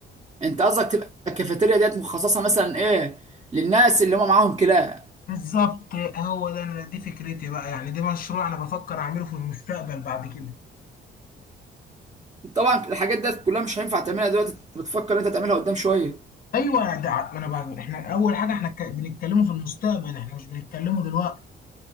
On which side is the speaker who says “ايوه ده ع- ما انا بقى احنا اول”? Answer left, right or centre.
Left